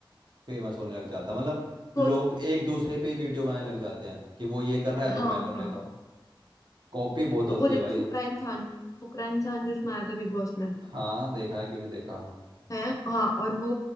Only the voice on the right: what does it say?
फेमस होने लग जाता है मतलब
लोग एक दूसरे पे ही वीडियो बनाने लग जाते हैं कि वो ये कर रहा है
तो मैं कर
लेता हूँ कॉपी बहुत होती
है
भाई
हाँ देखा है क्यों नहीं देखा